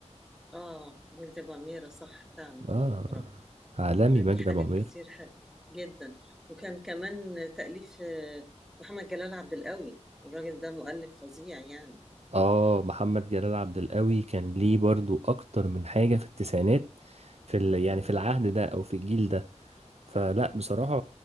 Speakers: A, in the centre; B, on the right.
A: اه وجدي ابو اميره صح فعلا
B: اه
A: هو الاقرب
B: عالمي
A: ده ليه
B: مجدي ابو
A: حاجات
B: عميره
A: كتير حلوه جدا وكان كمان تاليف آه، محمد جلال عبد القوي الراجل ده مؤلف فظيع يعني
B: اه محمد جلال عبد القوي كان ليه برضو اكتر من حاجة في التسعينات في ال... يعني
A: مم.
B: في العهد ده او في الجيل ده فلا بصراحة